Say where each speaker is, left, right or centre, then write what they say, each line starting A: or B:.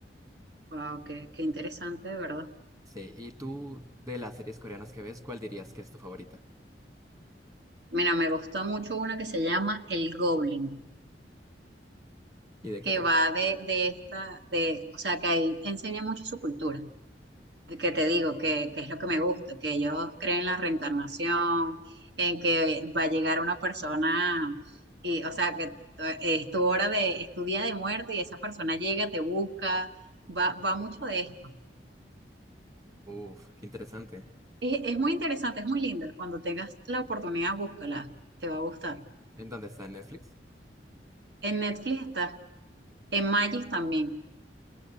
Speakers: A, on the right; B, on the right.
A: Wow, qué, qué interesante, de verdad.
B: Sí, y tú, de las series coreanas que ves, ¿cuál dirías que es tu favorita?
A: Mira, me gustó mucho una que se llama El Goblin,
B: ¿Y de
A: que
B: qué trata?
A: va de, de esta, de, o sea, que ahí enseña mucho su cultura. que te digo, que, que es lo que me gusta, que ellos creen en la reencarnación, en que va a llegar una persona, y, o sea, que t- es tu hora de, es tu día de muerte y esa persona llega, te busca, va, va mucho de esto.
B: Uf, qué interesante.
A: Es, es muy interesante, es muy linda. Cuando tengas la oportunidad, búscala, te va a gustar.
B: ¿En dónde está? ¿En Netflix?
A: En Netflix está, en Magis también.